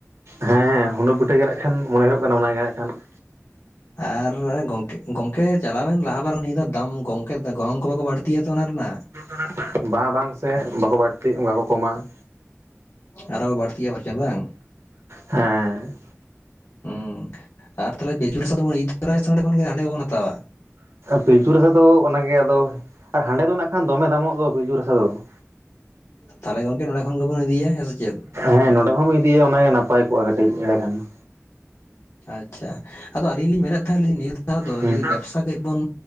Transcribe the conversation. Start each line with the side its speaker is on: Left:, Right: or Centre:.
Right: ᱦᱮᱸ ᱦᱩᱰᱩᱜ ᱯᱤᱴᱷᱟᱹ ᱜᱮ ᱱᱟᱜ ᱠᱷᱟᱱ ᱢᱚᱱᱮ ᱦᱩᱭᱩᱜ ᱠᱟᱱᱟ ᱚᱱᱟ ᱜᱮ ᱱᱟᱜ ᱠᱷᱟᱱ ᱾
Left: ᱟᱨ ᱜᱚᱢᱠᱮ ᱜᱚᱝᱠᱮ ᱪᱟᱞᱟᱣᱮᱱ ᱞᱟᱦᱟ ᱵᱟᱨ ᱱᱤᱭᱟᱹ ᱫᱚ ᱫᱟᱢ ᱜᱚᱢᱠᱮ ᱜᱚᱝ ᱠᱚ ᱵᱟᱠᱚ ᱵᱟᱹᱲᱛᱤᱭᱟ ᱛᱚ ᱚᱱᱟ ᱨᱮᱱᱟᱜ ᱾
Right: ᱚᱱᱟ ᱨᱮᱱᱟᱜ, ᱵᱟᱝ ᱵᱟᱝ ᱥᱮ ᱵᱟᱠᱚ ᱵᱟᱹᱲᱛᱤ ᱠᱟᱠᱚ ᱠᱚᱢᱟ ᱾
Left: ᱟᱨᱚ ᱵᱟᱹᱲᱛᱤᱭᱟ ᱵᱟᱨᱪᱟ ᱵᱟᱝ?
Right: ᱦᱮᱸ᱾
Left: ᱦᱩᱸ ᱟᱨ ᱛᱟᱦᱞᱮ ᱯᱤᱞᱪᱩ ᱨᱟᱥᱟ ᱫᱚᱵᱚᱱ ᱤᱫᱤ ᱛᱚᱨᱟᱭᱟ ᱥᱮ ᱚᱸᱰᱮ ᱠᱷᱚᱱ ᱜᱮ ᱥᱮ ᱦᱟᱸᱰᱮ ᱜᱮᱵᱚᱱ ᱦᱟᱛᱟᱣᱟ ᱾
Right: ᱯᱤᱞᱪᱩ ᱨᱟᱥᱟ ᱫᱚ ᱚᱱᱟᱜᱮ ᱟᱫᱚ, ᱦᱟᱸᱰᱮ ᱫᱚ ᱱᱟᱜ ᱠᱷᱟᱱ ᱫᱚᱢᱮ ᱫᱟᱢᱚᱜ ᱫᱚ ᱯᱤᱞᱪᱩ ᱨᱟᱥᱟ ᱫᱚ ᱾ <unintelligible>
Left: ᱛᱟᱦᱚᱞᱮ ᱜᱚᱝᱠᱮ ᱱᱚᱸᱰᱮ ᱠᱷᱚᱱ ᱜᱮᱵᱚᱱ ᱤᱫᱤᱭᱟ ᱦᱮᱸ ᱥᱮ ᱪᱮᱫ?
Right: ᱦᱮᱸ ᱱᱚᱸᱰᱮ ᱠᱷᱚᱱ ᱜᱮᱵᱚᱱ ᱤᱫᱤᱭᱟ ᱚᱱᱟ ᱜᱮ ᱱᱟᱯᱟᱭ ᱠᱚᱜᱼᱟ ᱠᱟᱹᱴᱤᱡ ᱮᱱᱟᱹ ᱠᱷᱟᱱ ᱾
Left: ᱟᱪᱪᱷᱟ ᱟᱫᱚ ᱟᱹᱞᱤᱧ ᱞᱤᱧ ᱢᱮᱱᱮᱫ ᱛᱟᱦᱮᱱᱟ ᱱᱤᱭᱟᱹ ᱫᱷᱟᱣ ᱫᱚ
Right: ᱦᱮᱸ
Left: ᱡᱩᱫᱤ ᱵᱮᱵᱽᱥᱟ ᱠᱟᱹᱡ ᱵᱚᱱ